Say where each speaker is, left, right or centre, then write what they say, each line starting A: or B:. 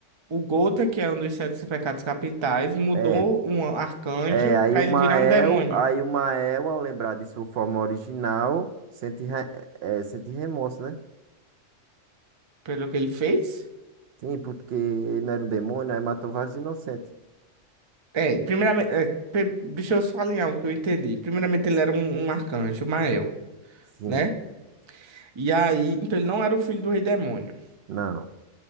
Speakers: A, on the right (about 35°); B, on the right (about 60°).
A: o Golter, que é um dos sete pecados capitais, mudou
B: É,
A: um arcanjo
B: é, aí
A: pra
B: o
A: ele
B: Mael,
A: virar um demônio.
B: aí o Mael, ao lembrar de sua forma original, sente, re- é, é, sente remorso, né?
A: Pelo que ele fez...
B: Sim, porque ele não era um demônio, aí matou vários inocentes.
A: É, primeiramente, é, pri- deixa eu só alinhar o que eu entendi. Primeiramente, ele era um, um arcanjo, Mael,
B: Sim,
A: né? E aí, então ele não era o filho do rei demônio.
B: não.